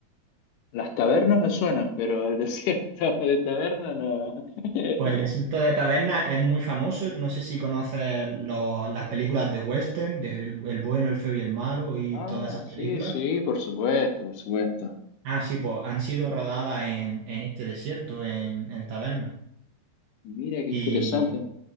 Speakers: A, on the left; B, on the right.
A: las tabernas me suenan, pero el desierto <laughs> de taberna no. <laughs>
B: Pues el desierto de Taberna es muy famoso, no sé si conoces los- las películas de western, de el el bueno, el feo y el malo y
A: Ah,
B: todas esas películas.
A: sí, sí, por supuesto, por supuesto.
B: Ah, sí, pues han sido rodadas en, en este desierto, en, en tabernas.
A: Mira, qué
B: Y,
A: interesante.